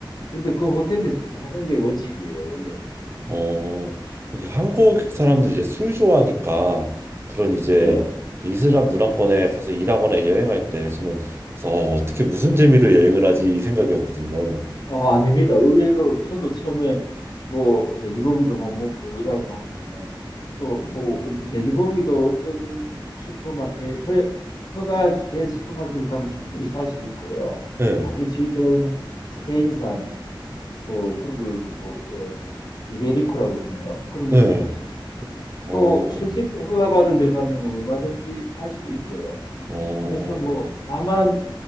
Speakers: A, on the left; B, on the right.
A: 근데 그 호텔에서 자는 게 원칙이에요, 원래는.
B: 어, 이렇게 한국
A: 음,
B: 사람들이 이제 술 좋아하니까 그런 이제
A: 예,
B: 그 이슬람 문화권에 가서 일하거나 여행할 때 저는 그래서 어, 어떻게
A: 예.
B: 무슨 재미로 여행을 하지 이 생각이었거든요.
A: 어, 아닙니다. 의외로 저도 처음에 뭐 돼지고기도 못 먹고 뭐 이러냐 하는지만 또 뭐 이렇게 돼지고기도 어떤 슈퍼마켓 허, 허가된 슈퍼마켓에 가면 충분히 살 수 있고요.
B: 네,
A: 아주 질 좋은 스페인산 뭐 그런 걸뭐 예, 이베리코라 그러나요? 그런
B: 네.
A: 것도 살 수 있고
B: 어,
A: 또 술집도 허가받은 데 가면 얼마든지 살 수 있고요.
B: 어,
A: 그래서 뭐 다만